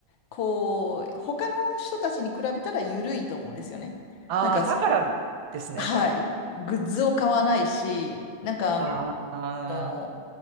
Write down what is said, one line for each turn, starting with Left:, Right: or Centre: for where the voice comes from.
Left: こう、他の人たちに比べたら緩いと思うんですよね。
Right: ああー、
Left: なんかそう、
Right: だからですね、
Left: はい、
Right: じゃ
Left: グッズを買わないし、なんかあ
Right: あ。ああ、
Left: の、